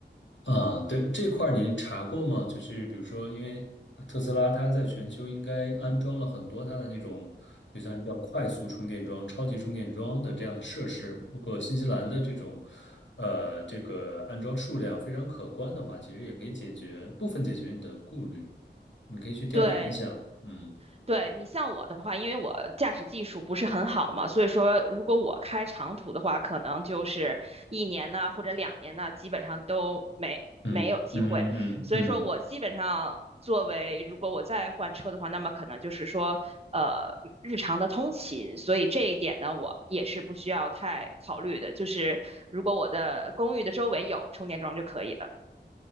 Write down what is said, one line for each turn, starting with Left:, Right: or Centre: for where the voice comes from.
Left: 啊，对，这块儿你查过吗？就是比如说，因为特斯拉它在全球应该安装了很多它的那种，就像叫快速充电桩、超级充电桩的这样的设施。如果新西兰的这种，呃，这个安装数量非常可观的话，其实也可以解决部分解决你的顾虑。你可以去调研一下。
Right: 对，
Left: 嗯
Right: 对你像我的话，因为我驾驶技术不是很好嘛，所以说如果我开长途的话，可能就是一年呢或者两年呢，基本上都没没有机会。
Left: 嗯嗯嗯嗯嗯。
Right: 所以说我基本上作为如果我再换车的话，
Left: 嗯
Right: 那么可能就是说呃日常的通勤，所以这一点呢，我也是不需要太考虑的，就是如果我的公寓的周围有充电桩就可以了。